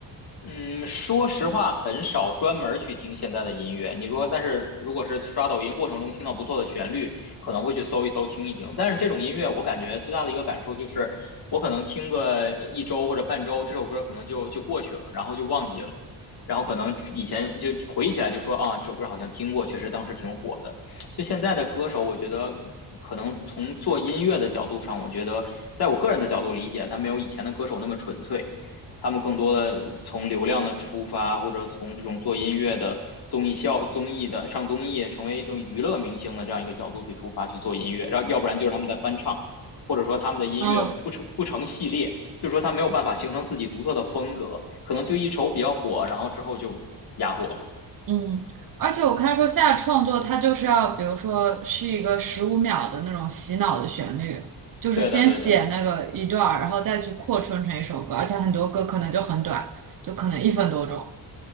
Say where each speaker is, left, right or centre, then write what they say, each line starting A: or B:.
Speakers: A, on the left (about 60°); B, on the right (about 50°).
A: 嗯，说实话，很少专门儿去听现在的音乐。你说，但是如果是刷抖音过程中听到不错的旋律，可能会去搜一搜、听一听。但是这种音乐，我感觉最大的一个感受就是，我可能听个一周或者半周，这首歌可能就就过去了，然后就忘记了，然后可能以前就回忆起来就说啊，这首歌好像听过，确实当时挺火的。就现在的歌手，我觉得可能从做音乐的角度上，我觉得在我个人的角度理解，他没有以前的歌手那么纯粹。他们更多的从流量的出发，或者从这种做音乐的综艺效综艺的上综艺，成为一种娱乐明星的这样一个角度去出发去做音乐，然后要不然就是他们在翻唱，或者说他们的音乐不成不成系列，
B: 嗯
A: 就是说他没有办法形成自己独特的风格，可能就一首比较火，然后之后就哑火了。
B: 嗯，而且我看说现在创作它就是要，比如说是一个十五秒的那种洗脑的旋律，就是先写那个一段儿，
A: 对的，对的。
B: 然后再去扩充成一首歌，而且很多歌可能就很短，就可能一分多钟。